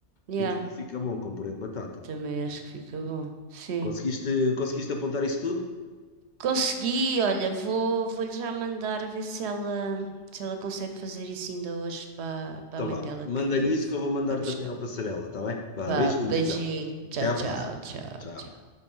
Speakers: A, on the right; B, on the left.
A: yeah,
B: e também fica bom com puré de batata.
A: também acho que fica bom. Sim.
B: Conseguiste, conseguiste apontar isso tudo?
A: Consegui, olha, vou, vou-lhe já mandar a ver se ela, se ela consegue fazer isso ainda hoje para para
B: Então
A: a mãe
B: vá,
A: dela
B: manda-lhe
A: que
B: isso que eu vou mandar
A: vai buscar.
B: também ao Passarela, está bem? Vá,
A: Vá,
B: beijinhos
A: beijinho,
B: então.
A: tchau,
B: Até à
A: tchau,
B: próxima.
A: tchau,
B: Tchau.
A: tchau.